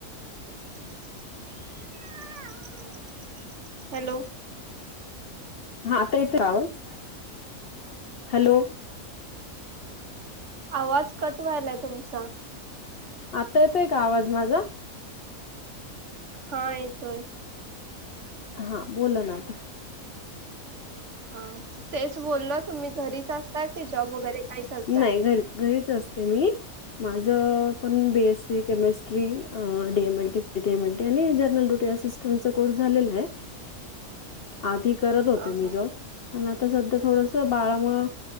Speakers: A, on the right (about 60°); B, on the left (about 50°).
A: <inaudible> <unintelligible> हॅलो,
B: हा आता येतोय आवाज <unintelligible> हॅलो,
A: आवाज कट वायलाय तुमचा,
B: आता येतय का आवाज माझा.
A: हा येतोय,
B: हा बोल ना आता,
A: हा तेच बोलल तुम्ही घरीच असता की जॉब वगैरे काय करताय
B: नाइ घरी घरीच असते मी माझ पण बीएससी केमेस्ट डीएमएलीडीएमएलटी आणि जनरल ड्युटी असिस्टंचा कोर्स झालेला आहे. <inaudible> आधी करत होते
A: हा
B: मी
A: हा
B: जॉब, पण आता सध्या थोडस बाळामुळ